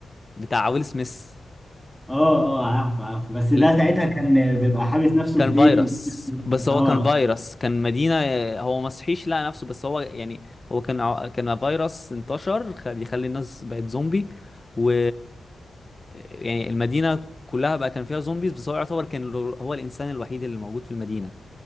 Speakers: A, on the left; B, in the centre.
A: بتاع ويل سميث
B: اه اه عارف عارف بس ده
A: ال...
B: ساعتها كان بيبقى حابس نفسه
A: كان
B: في بيته
A: فيروس بس هو
B: اه
A: كان فيروس كان مدينة هو ما صحيش لقى نفسه بس هو يعني هو كان ع- كان فيروس انتشر خ- بيخلي الناس بقت زومبي و يعني المدينة كلها بقى كان فيها زومبيز بس هو يعتبر كان ال- هو الإنسان الوحيد اللي موجود في المدينة